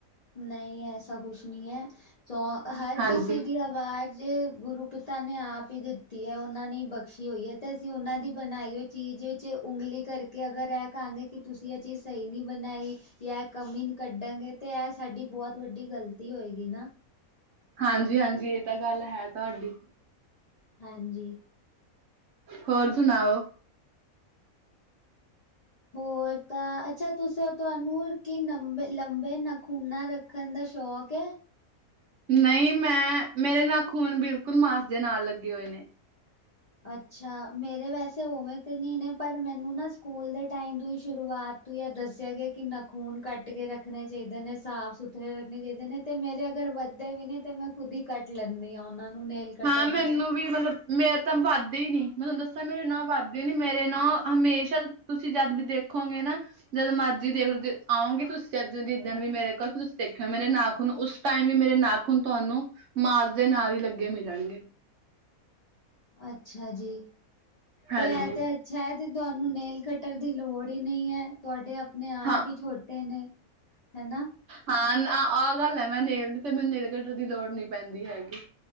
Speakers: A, on the left; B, on the right.
A: ਨਈ ਐਸਾ ਕੁਛ ਨੀ ਐ ਸੋ ਹਰ
B: ਹਾਂਜੀ,
A: ਕਿਸੀ ਦੀ ਆਵ ਵਾਜ਼ ਗੁਰੂ ਪਿਤਾ ਨੇ ਆਪ ਈ ਦਿੱਤੀ ਐ, ਓਨਾਂ ਨੇ ਬਖਸ਼ੀ ਹੋਈ ਐ ਤੇ ਅਸੀਂ ਓਨਾਂ ਦੀ ਬਣਾਈ ਓਈ ਚੀਜ ਚ ਉਗਲੀ ਕਰਕੇ ਅਗਰ ੲੈ ਕਾਗੇ ਕਿ ਤੁਸੀਂ ੲੈ ਚੀਜ ਸਈ ਨੀ ਬਣਾਈ, ਯਾ ੲੈ ਕਮੀ ਨੀ ਕੱਢ ਗੇ। ਤੇ ਐ ਏ ਬੋਤ ਵੱਡੀ ਗਲਤੀ ਹੋਏਗੀ। ਨਾ
B: ਹਾਂਜੀ- ਹਾਂਜੀ ਏ ਤਾਂ ਗੱਲ ਹੈ ਤੁਹਾਡੀ।
A: ਹਾਂਜੀ।
B: ਹੋਰ ਸੁਣਾਓ।
A: ਹੋਰ ਤਾਂ, ਅੱਛਾ ਤੁਸੀ ਓਤੋ ਅਣਮੁੱਲ ਕੀ ਨਬੇ ਲੰਬੇ ਨਖੂਨ ਨਾ ਰ ਰਖਣ ਦਾ ਸ਼ੌਕ ੲੈ।
B: ਨਈ ਮੈ, ਮੇਰੇ ਨਾਖੂਨ ਬਿਲਕੁਲ ਮਾਸ ਦੇ ਨਾਲ ਲੱਗੇ ਹੋਏ ਨੇ।
A: ਅੱਛਾ ਮੇਰੇ ਵੈਸੇ ਉਵੇਂ ਤੇ ਨੀ ਨੇ ਪਰ ਮੈਨੂੰ ਨਾ ਸਕੂਲ ਦੇ ਟਾਈਮ ਤੋਂ ਈ ਸ਼ੁਰੂਆਤ ਤੂੰ ਯੈ ਦੱਸੇਆ ਗੇਆ ਕਿ ਨਾਖੂਨ ਕੱਟ ਕੱਟ ਕੇ ਰੱਖਣੇ ਚਾਹੀਦੇ ਨੇ, ਸਾਫ਼-ਸੁਥਰੇ ਰੱਖਣੇ ਚਾਈਦੇ ਨੇ, ਤੇ ਮੇਰੇ ਅਗਰ ਵੱਧੇ ਵੀ ਨੇ ਤੇ ਮੈਂ ਖੁਦ ਈ ਕੱਟ ਲੈਂਣੀ ਆ ਓਨਾਂ ਨੂੰ ਨੇਲ ਕੱਟਣ
B: ਹਾਂ ਮੈਨੂੰ
A: ਨਾਲ
B: ਵੀ ਮਤਲਬ ਮੇਰੇ ਤਾਂ ਵੱਧੇ ਈ ਨੀ, ਮੈਂ ਤੁਹਾਨੂੰ ਦੱਸੇਆ ਮੇਰੇ ਨੋ ਵੱਧੇ ਨੀ, ਮੇਰੇ ਨੋ ਹਮੇਸ਼ਾ ਤੁਸੀ ਜੱਦ ਵੀ ਦੇਖੋਗੇ ਨਾ ਜਦ ਮਰਜ਼ੀ ਦੇਖ ਲੋ, ਦੇ, ਆਓਂਗੇ ਤੁਸੀਂ ਜਦ ਜਿੱਦਣ ਵੀ ਮੇਰੇ ਕੋਲ ਤੁਸੀਂ ਦੇਖਿਓ ਮੇਰੇ ਨਾਖੂਨ ਉਸ ਟਾਈਮ ਵੀ ਮੇਰੇ ਨਾਖੂਨ ਤੁਹਾਨੂੰ ਮਾਸ ਦੇ ਨਾਲ ਈ ਲੱਗੇ ਮਿਲਣਗੇ
A: ਅੱਛਾ ਜੀ,
B: ਹਾਂਜੀ
A: ਤੇ, ੲੈ, ਤੇ ਛੈਦ ਈ ਤਵਾਨੂੰ ਨੇੇਲ ਕਟਰ ਦੀ ਲੋੜ ਈ ਨੀ ੲੈ। ਤੋਹਾਡੇ ਅਪਣੇ ਆਪ
B: ਹਾਂ
A: ਈ ਛੋਟੇ ਨੇ ਹਨਾ।
B: ਹਾਂ, ਨਾ, ਆ ਗੱਲ ੲੈ ਮੈਂ ਨੇੜ, ਤੇ ਮਨੂੰ ਨੇੜ ਕਟਰ ਦੀ ਲੋੜ ਨੀ ਪੈਂਦੀ ਹੈਗੀ